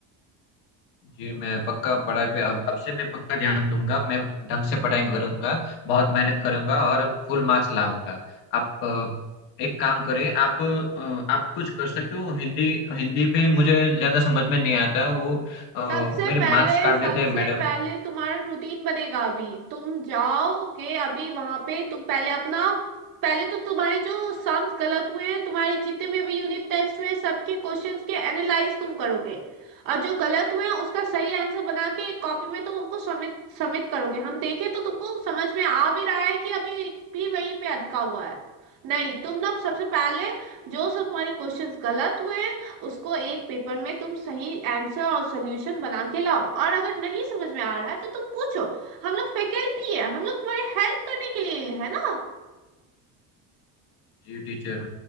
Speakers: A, on the left (about 70°); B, on the right (about 55°).
A: जी मैं पक्का पढ़ाई पे अब अब से मैं पक्का ध्यान दूंगा मैं ढंग से पढ़ाई करूंगा बहुत मेहनत करूंगा और फुल मार्क्स लाऊंगा आप अ, एक काम करें आप अ, आप कुछ कर सकते हो हिंदी हिंदी भी मुझे ज्यादा समझ में नहीं आता वो अ,
B: सबसे
A: मेरे
B: पहले
A: मार्क्स काट
B: सबसे
A: देते हैं मैडम
B: पहले तुम्हारा रूटीन बनेगा अभी तुम जाओगे अभी वहां पे तुम पहले अपना पहले तो तुम्हारे जो सम्स गलत हुए हैं तुम्हारे जितने भी अभी यूनिट टेस्ट हुए हैं सबके क्वेश्चंस के एनालाइज तुम करोगे और जो गलत हुए हैं उसका सही आंसर बना के एक कॉपी में तुम हमको सबमिट सबमिट करोगे हम देखें तो तुमको समझ में आ भी रहा है कि अभी भी वहीं पे अटका हुआ है नहीं तुम ना सबसे पहले जो सब तुम्हारे क्वेश्चंस गलत हुए हैं उसको एक पेपर में तुम सही आंसर और सॉल्यूशन बना के लाओ और अगर नहीं समझ में आ रहा है तो तुम पूछो हम लोग फैकल्टी है हम लोग तुम्हारे हेल्प करने के लिए है ना
A: जी टीचर